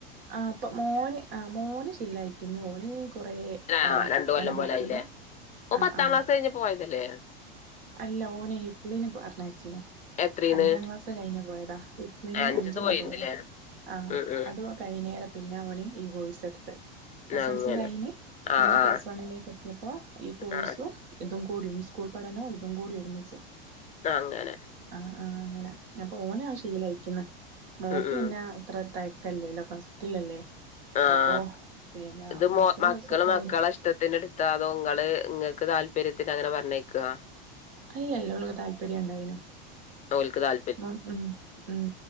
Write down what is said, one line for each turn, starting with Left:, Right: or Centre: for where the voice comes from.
Right: ആ അപ്പൊ മോന് ആ മോന് ശീലം അയക്കുന്നു ഓന് കുറേ
Left: ആഹ്
Right: ആയി
Left: രണ്ട്
Right: അങ്ങനെ
Left: കൊല്ലം
Right: പഠിക്കുന്നു
Left: പോലെ ആയില്ലേ ഓൻ
Right: ആ
Left: പത്താം
Right: ആ
Left: ക്ലാസ് കഴിഞ്ഞപ്പോ പോയതല്ലേ
Right: അല്ല ഓനെ ഹിഫ്ളിന് പറന്നയച്ചീനു
Left: എത്രീന്ന്
Right: അഞ്ചാം ക്ലാസ് കഴിഞ്ഞുപോയതാ ഹിഫ്ളിന്
Left: അഞ്ച്ന്ന്
Right: അഞ്ചെന്ന്
Left: പോയിണ്ട്ല്ലേ
Right: പോയതാ ആ
Left: ഉം ഉം
Right: അത് കൈഞ്ഞേരം പിന്നെവന് ഈ കോയിസ്ടുത്തത് എസ്
Left: അങ്ങനെ
Right: എൽ സി കയിഞ്ഞ് പിന്നെ
Left: ആഹ് ആഹ്
Right: പ്ലസ് വണ്ണിലേക്ക് എ അപ്പൊ ഈ കോഴ്സും
Left: ആഹ്
Right: ഇതുംകൂടി സ്കൂൾപഠനോം ഇതുംകൂടി ഒരുമിച്ച്
Left: അങ്ങനെ
Right: ആ ആ അങ്ങനെ അപ്പൊ ഓന് അത് ശീലായിക്കുന്നു മോക്കിന്നാ
Left: ഉം ഉം
Right: അത്ര തെക്കല്ലല്ലോ ഫസ്റ്റിലല്ലേ
Left: ആഹ്
Right: അപ്പൊ പിന്നെ
Left: ഇത്
Right: ഫസ്റ്റിലെ
Left: മോ മക്കള്
Right: ദിവസൊക്കെ
Left: മക്കളെ
Right: അവര്
Left: ഇഷ്ടത്തിനെടുത്താ അതോ ഇങ്ങള് ഇങ്ങക്ക് താൽ താല്പര്യത്തിന് അങ്ങനെ പറഞ്ഞേക്യാ
Right: അല്ലല്ല അവള് താല്പര്യം ഉണ്ടായീനു
Left: തോൽക്ക് താൽ
Right: മം ഉം ഉം